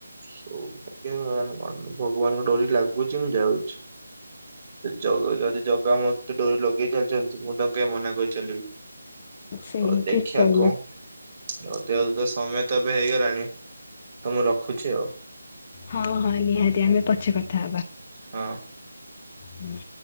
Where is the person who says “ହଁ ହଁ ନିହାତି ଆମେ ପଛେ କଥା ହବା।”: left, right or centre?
Left